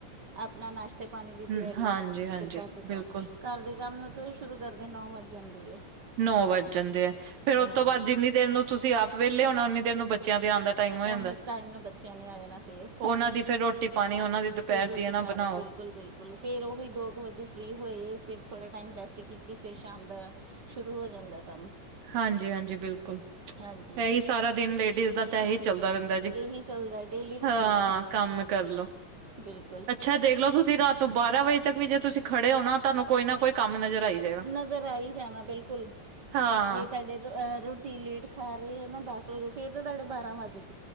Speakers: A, on the right (about 50°); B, on the right (about 80°).
A: ਆਪਣਾ ਨਾਸ਼ਤਾ ਖਾਣੇ ਦੀ
B: ਹੂੰ,
A: ਤਿਆਰੀ
B: ਹਾਂਜੀ
A: ਆ
B: ਹਾਂਜੀ
A: ਫੇਰ ਘਰ ਦੇ
B: ਬਿਲਕੁਲ
A: ਕੰਮ, ਘਰ ਦੇ ਕੰਮ ਨੂੰ ਤਾਂ ਸ਼ੁਰੂ ਕਰਦੇ ਨੌ ਵੱਜ ਜਾਂਦੇ ਆ।
B: ਨੌ ਵੱਜ ਜਾਂਦੇ ਆ ਫੇਰ ਉਹ
A: ਹਾਂਜੀ
B: ਤੋਂ ਬਾਅਦ ਜਿੰਨੀ ਦੇਰ ਨੂੰ ਤੁਸੀਂ ਆਪ ਵਿਹਲੇ ਹੋਣਾ ਉਨੀ ਦੇਰ ਨੂੰ ਬੱਚਿਆਂ ਤੇ ਆਣ ਦਾ ਟਾਈਮ ਹੋ ਜਾਂਦਾ
A: ਉਨੇ ਕ ਟਾਈਮ ਨੂੰ ਬੱਚਿਆਂ ਨੇ ਆ ਜਾਣਾ ਫੇਰ
B: ਉਹਨਾਂ ਦੀ ਫੇਰ ਰੋਟੀ ਪਾਣੀ ਉਹਨਾਂ ਦੀ ਦੁਪਹਿਰ
A: ਫੇਰ ਰੋਟੀ
B: ਦੀ ਨਾ
A: ਪਾਣੀ
B: ਬਣਾਓ
A: ਬਿਲਕੁਲ ਬਿਲਕੁਲ ਫੇਰ ਓਹੀ ਦੋ ਕ ਵਜੇ ਫਰੀ ਹੋਏ, ਫਿਰ ਥੋੜ੍ਹਾ ਟਾਈਮ ਰੈਸਟ ਕੀਤੀ ਫਿਰ ਸ਼ਾਮ ਦਾ ਸ਼ੁਰੂ ਹੋ ਜਾਂਦਾ ਕੰਮ
B: ਹਾਂਜੀ -ਹਾਂਜੀ ਬਿਲਕੁਲ
A: ਹਾਂਜੀ
B: ਏ, ਈ ਸਾਰਾ ਦਿਨ ਲੇਡੀਜ਼ ਦਾ
A: ਇਹ
B: ਤਾ ਐ ਹੀ ਚੱਲਦਾ ਰੇਂਦਾ ਜੀ,
A: ਇਹੀ ਚੱਲਦਾ ਡੇਲੀ ਰੂਟੀਨ
B: ਹਾਂ ਕੰਮ ਕਰਲੋ ਅੱਛ
A: ਬਿਲਕੁਲ
B: ਅੱਛਾ ਦੇਖ ਲਓ ਤੁਸੀਂ ਰਾਤ ਨੂੰ ਬਾਰਾਂ ਵਜੇ ਤੱਕ ਵੀ ਜੇ ਤੁਸੀਂ ਖੜ੍ਹੇ ਹੋ ਨਾ ਤੁਹਾਨੂੰ ਕੋਈ ਨਾ ਕੋਈ ਕੰਮ ਨਜ਼ਰ ਆਈ ਜਾਵੇ
A: ਨਜ਼ਰ ਆ ਈ ਜਾਣਾ ਬਿਲਕੁਲ
B: ਹਾਂ
A: ਜੇ ਤਾਡੇ ਰੋਟੀ ਲੇਟ ਖਾ ਰਹੀ ਹੈ ਨਾ ਦਸ ਵਜੇ ਫੇਰ ਤਾਂ ਤੁਹਾਡੇ ਬਾਰਾਂ ਵੱਜ ਗ